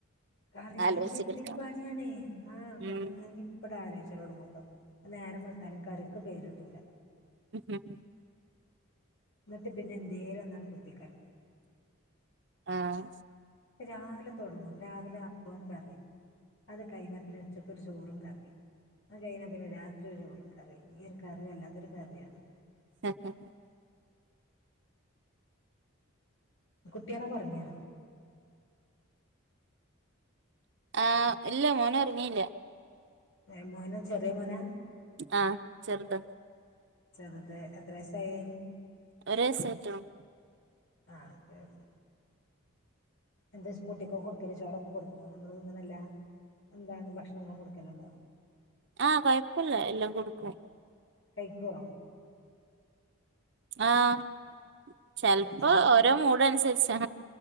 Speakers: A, on the left; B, on the right.
A: കറിയ
B: ആലോചിച്ച്
A: അത് വല്യൊരു
B: കിട്ടണം
A: പാണിയണേ ആഹ്
B: ഉം
A: കറിങ്ങാന് പ്പട്ട് ആലോയ്ച ലോടങ്ങുട്ടോ നേരം വെൾത്താലും കറിക്ക് പേര്ട്ടൂല്ല.
B: <unintelligible>
A: ന്നിട്ട് പിന്നെ എന്തേ ലോന്നാണ്ട് കുത്തികൽക്കും.
B: ആഹ്
A: രാവിലെ തൊടങ്ങും രാവിലെ അപ്പോം കറിം അത് കഴിഞ്ഞാൽ പിന്നെ ഉച്ചക്ക് ഒരു ചോറും കറി അത് കഴിഞ്ഞാൽ പിന്നെ രാത്രി ഒരു കറി ഈ ഒരു കറി അല്ലാത്തൊരു കറിയാണ്
B: <inaudible>
A: കുട്ട്യാളൊക്കെ ഒറങ്ങിയോ
B: ആഹ് ഇല്ല മോന് ഒറങ്ങില്ല
A: എ മോന് ചെറിയ മോനാ
B: ആഹ് ചെറുത്
A: ചെറുത് എത്ര വയസായി
B: ഒരൈസായിട്ടുള്ളു
A: ആഹ് <unintelligible> എന്താ ജ് കുട്ടി കൊക്കെ കൊട്ക്കല് ചോറൊക്കെ കൊടുക്കോ നമ്മൾ എല്ലാ എന്താണ് ഭക്ഷണങ്ങളും കൊടുക്കല്ണ്ടോ
B: ആഹ് കൊഴപ്പില്ല എല്ലാം കൊടുക്കും.
A: കൈക്കോ
B: ആഹ് ചെൽപ്പോ
A: പിന്നെ ചെല
B: ഓരോ മൂഡ് അന്സരിച്ചാ.